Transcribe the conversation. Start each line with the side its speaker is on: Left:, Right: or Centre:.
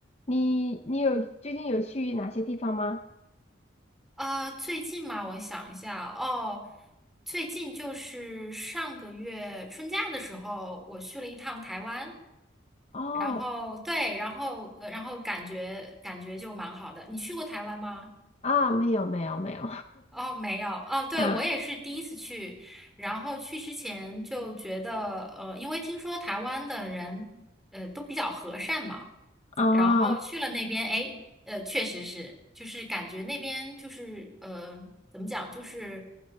Left: 你你有最近有去哪些地方吗？
Centre: 呃，最近嘛，我想一下哦，最近就是上个月春假的时候，我去了一趟台湾，
Left: 哦
Centre: 然后对，然后呃，然后感觉感觉就蛮好的。你去过台湾吗？
Left: 啊，没有没有没有，
Centre: 哦，没有哦，对，
Left: <laughs> 啊
Centre: 我也是第一次去，然后去之前就觉得，呃，因为听说台湾的人，呃，都比较和善嘛，
Left: 哦
Centre: 然后去了那边，哎，呃，确实是，就是感觉那边就是，呃，怎么讲，就是，